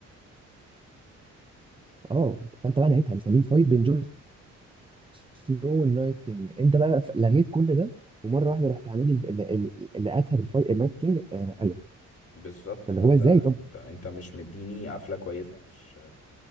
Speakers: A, on the right; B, on the left.
A: اه فانت بقى نهيتها مستنيين فايت بين جون سنو والنايت كينج انت بقى ف- لغيت كل ده ومره واحده رحت عامل لي ال- ال- ال- اللي قتل الفايت النايت كينج آه الين
B: بالظبط
A: فاللي
B: فانت
A: هو ازاي
B: انت
A: طب
B: انت مش مديني قفلة كويسة مش